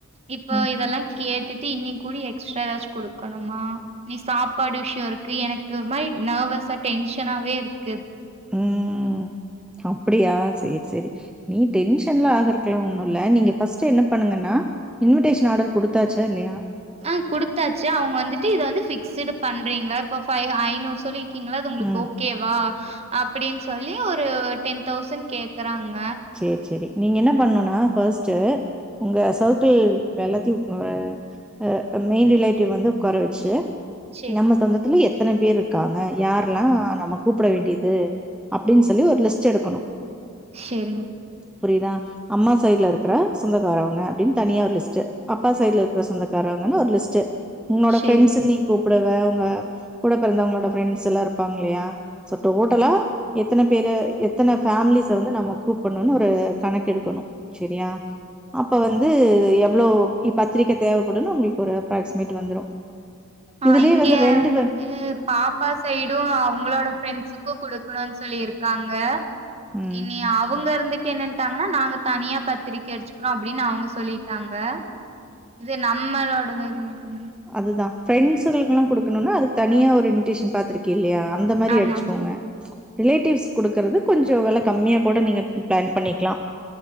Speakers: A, on the right; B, in the centre.
A: இப்போ
B: ம்
A: இதெல்லாம் கேட்டுட் தி இன்னியங் கூலி எக்ஸ்ட்ரா ஏதாச்சும் குடுக்கணுமா நீ சாப்பாடு விஷயோ இருக்கு. எனக்கு ஒரு மாரி நார்வசா டென்ஷனாவே இருக்
B: உம் அப்டியா சேரி சேரி நீ டென்ஷன்லா ஆகர்க்கு ஒன்னும் இல்ல. நீங்க ஃபர்ஸ்ட்ட் என்ன பண்ணுங்கன்னா இன்விடேஷன் ஆர்டர் குடுத்தாச்சா இல்லையா
A: ஆஹ் குடுத்தாச்சு அவுங்க வந்துட்டு இத வந்து பிக்ஸ்டு பண்றீங்களா இப்ப ஃப்ய் ஐநூறு சொல்லி இருக்கீங்களா. அது உங்களுக்கு
B: ம்
A: ஓகேவா ஷ அப்டின்னு சொல்லி ஒரு டென் தௌசண்ட் கேக்குறாங்க.
B: செர் செரி நீங்க என்ன பண்ணோன்னா ஃபர்ஸ்ட்டு உங்க சர்க்கள் எல்லாத்தையு <unintelligible> உங்க மெயின் ரிலேட்டிவ் வந்து ஒக்கார வெச்சி
A: சரிங்.
B: நம்ம சொந்தத்துல எத்தன பேர் இருக்காங்க. யார் ல்லா நம்ம கூப்புட வேண்டியது. அப்டின்னு சொல்லி ஒரு லிஸ்ட் எடுக்கணு
A: சேரிங்க
B: புரியுதா அம்மா சைடுல இருக்குற சொந்தக்காரவங்க. அப்டின்னு தனியா ஒரு லஸ்ட் அப்பா சைடு்ல இருக்கற சொந்தக்காரவங்கன்னு ஒரு லிஸ்ட். உங்களோட
A: சரி.
B: ஃப்ரெண்ட்ஸ்கலு கூப் டுவே அவுங்க கூட பிறந்தவங்களோட பிரெண்ட்ஸ் எல்லா இருப்பாங்க இல்லையா சோ டோட் ட்டலா எத்தன பேரு எத்தன ஃபேமிலிஸ் வந்து நம்ம ப்பட்னோன்னு ஒரு கணக்க எடுக்கணு செரியா அப்ப வந்து எவ்ளோ பத்திரிக்க தேவைப்படுன்னு உங்களுக்கு ஒரு அப்ராக்சிமேட் வந்துரு
A: ஆஹ்
B: இதுலயே
A: இங்க
B: வந்து ரெண்டு
A: வந்துட்டு
B: வ
A: பாப்பா சைடு அவுங்களோட ஃப்ரெண்ட்சுக்கும் குடுக்கணும்ன்னு சொல்லி இருக்காங்க.
B: ம்
A: இனி அவுங்க இருந்துட்டு என்னனுட்டாங்கன்னா நாங்க தனியா பத்திரிக்க அடிச்சுக்கிறோ அப்டின்னு அவுங்க சொல்லிட்டாங்க. இது நம்மலோடது ம்
B: அது தா ஃப்ரரெண்ட்ஸ் ங்கலுக்கு எல்லா குடுக்கணும்னா அது தனியா ஒரு இன்விடேஷன் பாத்துருக்கே இல்லையா அந்த மாரி
A: ஆமாங்க,
B: அடிச்சுக்கோங்க. ரிலேட்டிவ்ஸ் குடுக்குறது கொஞ்சோ வெல கம்மியா கூட நீங்க பிளான் பண்ணிக்கலா